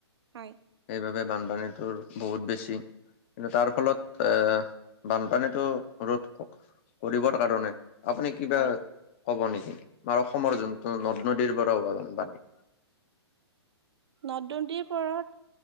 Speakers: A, on the right (about 70°); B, on the left (about 25°).
A: হয়
B: সেইবাবে। তোৰ বহুত বেছি। কিন্তু তাৰফলত এ বানপানীটো ৰোধ কৰিবৰ কাৰণে। আপুনি কিবা
A: হয়
B: ক'ব নেকি? আমাৰ অসমৰ যোনটো নদ-নদীৰ পৰা হোৱা বানপানী।
A: নদ ঋ-নদী পৰত